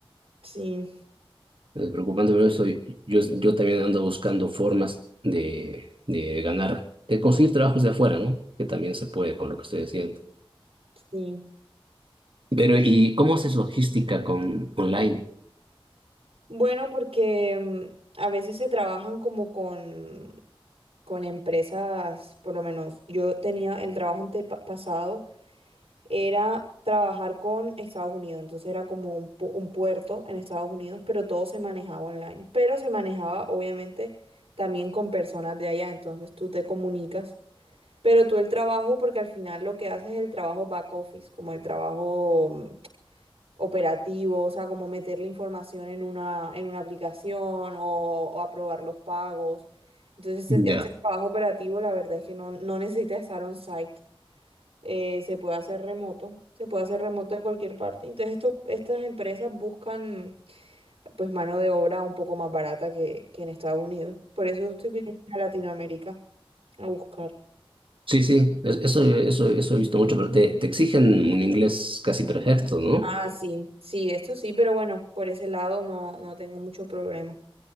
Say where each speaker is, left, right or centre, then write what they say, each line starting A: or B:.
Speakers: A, on the right (about 80°); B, on the right (about 60°).
A: Sí,
B: Es preocupante, pero eso, yo, yo también ando buscando formas de, de ganar, de conseguir trabajos de afuera, ¿no? Que también se puede con lo que estoy haciendo.
A: sí.
B: Pero, ¿y cómo haces logística con online?
A: Bueno, porque mm, a veces se trabajan como con, con empresas, por lo menos yo tenía el trabajo antepasado era trabajar con Estados Unidos. Entonces era como un, pu- un puerto en Estados Unidos, pero todo se manejaba online. Pero se manejaba obviamente también con personas de allá. Entonces tú te comunicas. Pero tú el trabajo, porque al final lo que haces es el trabajo back office, como el trabajo mm, operativo, o sea, como meter la información en una, en una aplicación o, o aprobar los pagos. Entonces,
B: Ya.
A: este, este trabajo operativo, la verdad es que no, no necesita estar on-site eh, se puede hacer remoto, se puede hacer remoto de cualquier parte. Entonces, estos, estas empresas buscan pues mano de obra un poco más barata que, que en Estados Unidos. Por eso usted viene a Latinoamérica a buscar.
B: Sí, sí, es- eso, eso, eso he visto mucho, pero te, te exigen un inglés casi perfecto, ¿no?
A: Ah, sí, sí, esto sí, pero bueno, por ese lado no, no tengo mucho problema.